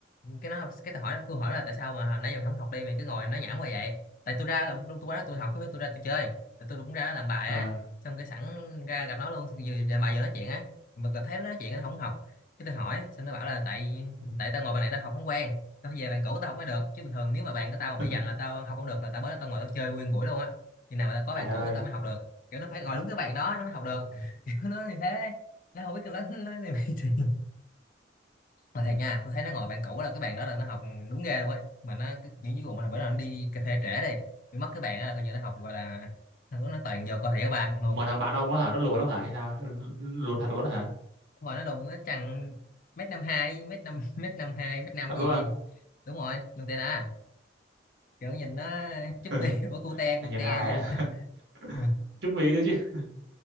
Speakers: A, on the left (about 50°); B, on the right (about 80°).
A: cái nó cái tôi hỏi tôi hỏi là tại sao mà hồi nãy giờ mày không học đi mày cứ ngồi nói nhảm qua vậy tại tôi ra là- tôi tôi quá là tôi học cái tôi ra tôi chơi tại tôi cũng ra đó làm bài
B: ờ.
A: á xong cái sẵn ra gặp nó luôn vừa làm bài vừa nói chuyện á mình thấy nó nói chuyện nó không học cái tôi hỏi xong nó bảo là tại tại tao ngồi bàn này tao học không quen tao phải về bàn cũ tao học mới được chứ bình thường nếu mà bàn của tao mà bị
B: <laughs>
A: giành là tao học không được là tao bớt tao ngồi tao chơi nguyên buổi luôn á khi nào mà tao có bạn
B: trời ơi
A: cũ tao mới học được kiểu nó phải ngồi đúng cái bàn đó nó mới học được <laughs> kiểu nó như thế nó không biết là nó nó như vậy <laughs> mà thiệt nha tôi thấy nó ngồi bạn cũ là cái bàn đó là nó học đúng ghê luôn ấy mà nó cái những cái vụ mà bữa nào nó đi cà phê trễ đi bị mất cái bàn đó là coi như nó học gọi là nó nó toàn vô coi thầy giáo ba không
B: mà
A: luôn
B: thằng bạn ông nó hả nó lùn lắm hả hay sao lùn thật luôn hả
A: Đúng rồi nó đùng nó chằng mét năm hai mét năm mét năm hai mét năm
B: thật
A: gì
B: luôn
A: gì đúng rồi luôn tê đá à. kiểu nhìn nó chúp
B: à,
A: bi <laughs> ủa cute cute
B: <laughs> nhìn hài
A: vậy
B: á <laughs>
A: <laughs>
B: chút vì nữa chứ